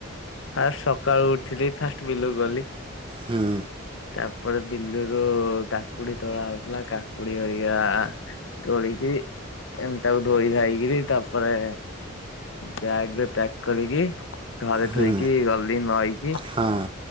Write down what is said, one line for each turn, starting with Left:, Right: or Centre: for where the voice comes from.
Left: ଫାଷ୍ଟ ସକାଳୁ ଉଠିଲି ଫାଷ୍ଟ ବିଲକୁ ଗଲି।
Right: ହୁଁ।
Left: ତାପରେ ବିଲୁରୁ କାକୁଡି ତୋଳା ହଉଥିଲା, କାକୁଡି ଧରିକି ଆ ତୋଳିକିରି ଏମିତି ତାକୁ ଧୋଇ ଧାଇକିରି ତାପରେ ବ୍ୟାଗ୍ ରେ ପ୍ୟାକ୍ କରିକି ଘରେ
Right: ହୁଁ
Left: ଥୋଇକି ଗଲି ନଈକି।
Right: ହଁ